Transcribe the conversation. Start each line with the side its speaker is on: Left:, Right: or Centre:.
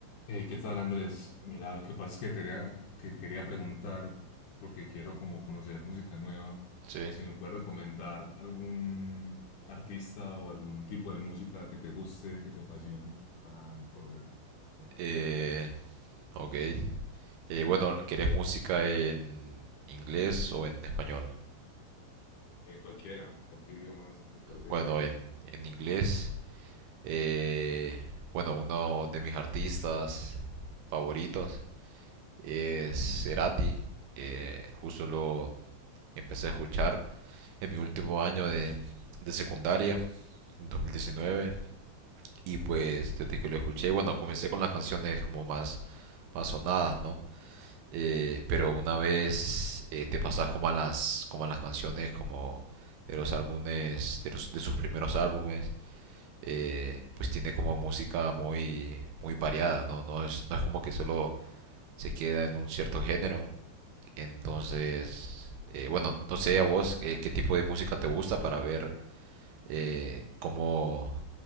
Left: Hey, ¿qué tal, Andrés? Mira, lo que pasa es que, quería, que quería preguntar, porque quiero como conocer música nueva,
Right: Sí.
Left: si me puedes recomendar algún artista o algún tipo de música que te guste, que te apasione, para yo conocerlo.
Right: Eh,
Left: Pues decir,
Right: ok. Eh, bueno, ¿querés música en inglés o en español?
Left: eh, cualquiera, cualquier idioma me parece
Right: Bueno,
Left: bien.
Right: en, en inglés, eh, bueno, uno de mis artistas favoritos es Cerati. Eh, justo lo empecé a escuchar en mi último año de, de secundaria, en 2019. Y pues desde que lo escuché, bueno, comencé con las canciones como más, más sonadas, ¿no? Eh, pero una vez eh, te pasas como a las como a las canciones como de los álbumes de, los, de sus primeros álbumes eh, pues tiene como música muy muy variada no no es no es como que solo se queda en un cierto género entonces eh, bueno no sé a vos eh, qué tipo de música te gusta para ver eh, cómo